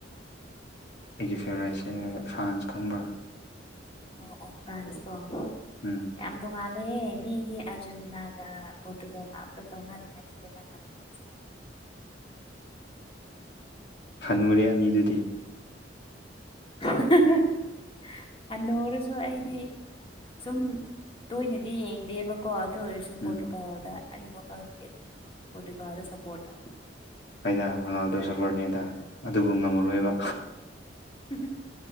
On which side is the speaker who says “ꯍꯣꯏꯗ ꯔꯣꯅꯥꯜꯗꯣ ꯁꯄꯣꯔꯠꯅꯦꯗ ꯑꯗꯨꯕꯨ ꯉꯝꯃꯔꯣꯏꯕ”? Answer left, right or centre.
Left